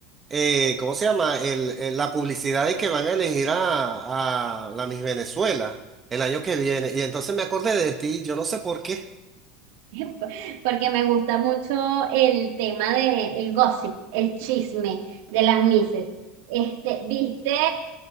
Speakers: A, on the right; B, on the right.
A: eh, ¿cómo se llama? El, el- la publicidad de que van a elegir a, a la Miss Venezuela el año que viene. Y entonces me acordé de ti, yo no sé por qué.
B: <laughs> porque me gusta mucho el tema de el gossip, el chisme de las mises. Este, ¿viste,